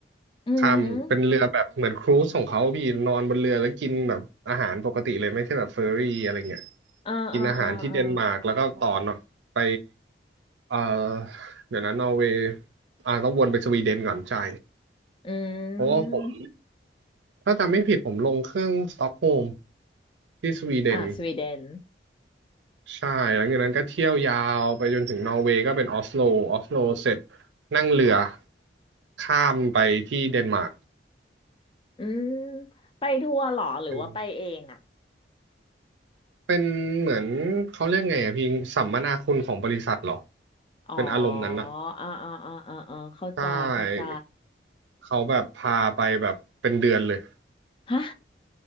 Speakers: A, on the left; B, on the right.
A: อือหือ
B: ข้ามเป็นเรือแบบเหมือนครูซของเขาพี่นอนบนเรือแล้วกินแบบอาหารปกติเลยไม่ใช่แบบเฟอร์รี่อะไรเงี้ย
A: อ่าอ่าอ่าอ่า
B: กินอาหารที่เดนมาร์กแล้วก็ต่อเนาะไปเอ่อเดี๋ยวนะนอร์เวย์อ่าต้องวนไปสวีเดนก่อนใช่
A: อื
B: เพราะว่าผม
A: ม
B: ถ้าจำไม่ผิดผมลงเครื่องสต็อกโฮล์มที่สวีเดน
A: อ่าสวีเดน
B: ใช่หลังจากนั้นก็เที่ยวยาวไปจนถึงนอร์เวย์ก็เป็นออสโลออสโลเสร็จนั่งเรือข้ามไปที่เดนมาร์ก
A: อืมไปทัวร์เหรอหรือว่าไปเองอ่ะ
B: เป็นเป็นเหมือนเขาเรียกไงอะพี่สัมมนาคุณของบริษัทเหรอ
A: อ๋อ
B: เป็นอารมณ์นั้นอะ
A: อ่าอ่าอ่าอ่าอ่าเข้าใจเข้าใจ
B: ใช่เขาแบบพาไปแบบเป็นเดือนเลย
A: ฮะ